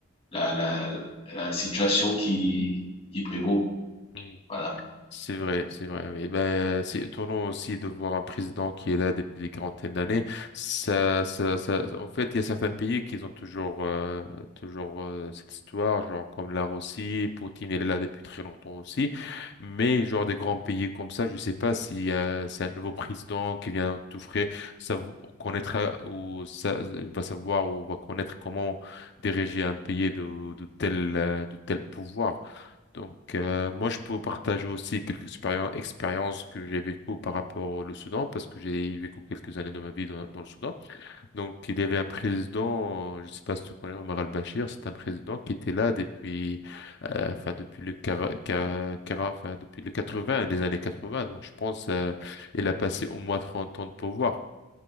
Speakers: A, on the left; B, on the left.
A: la, la, la situation qui, qui prévaut.
B: Mhm.
A: Voilà.
B: C'est vrai, c'est vrai. oui. Et ben, c'est étonnant aussi de voir un président qui est là depuis des quarantaines d'années. Ça, ça, ça, en fait, il y a certains pays qui ont toujours, euh, toujours euh, cette histoire, genre comme la Russie, Poutine est là depuis très longtemps aussi. Mais genre des grands pays comme ça, je sais pas si euh, c'est un nouveau président qui vient tout frais, ça connaîtra ou ça il va savoir ou va connaître comment diriger un pays de, de tel, euh, de tel pouvoir. Donc, euh, moi, je peux vous partager aussi quelques expérien- expériences que j'ai vécues par rapport au Soudan, parce que j'ai vécu quelques années de ma vie dans, dans le Soudan. Donc, il y avait un président, euh, je ne sais pas si tu connais Omar al-Bashir, c'est un président qui était là depuis, euh, enfin, depuis le quar- quar- quar- enfin, depuis les 80, les années 80. Donc, je pense, euh, il a passé au moins 30 ans de pouvoir.